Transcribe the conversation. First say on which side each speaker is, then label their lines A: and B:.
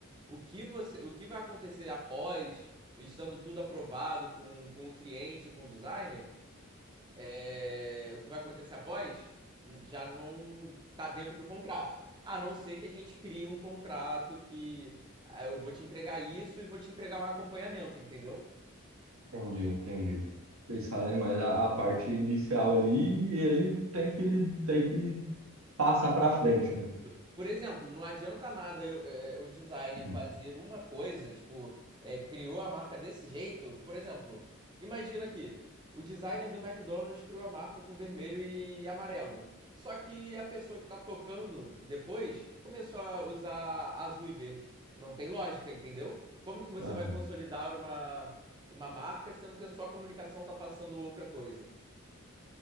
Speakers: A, on the right; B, on the right.
A: O que você, o que vai acontecer após, estando tudo aprovado com, com o cliente, com o designer? é, o que vai acontecer após hum, já não tá dentro do contrato. A não ser que a gente crie um contrato que ah, eu vou te entregar isso e vou te entregar um acompanhamento, entendeu?
B: entendi, entendi. Vocês falem mais a, a parte inicial ali e ele tem que, ele tem que passar para
A: E,
B: frente, né?
A: por exemplo, não adianta nada eu- é, o designer
B: Hum,
A: fazer uma coisa, tipo, é, criou a marca desse jeito. Por exemplo, imagina aqui, o designer do McDonald's criou a marca com vermelho e amarelo. Só que a pessoa que tá tocando depois começou a usar azul e verde. Não tem lógica, entendeu? Como que você
B: Aham,
A: vai consolidar uma, uma marca sendo que a sua comunicação tá passando outra coisa?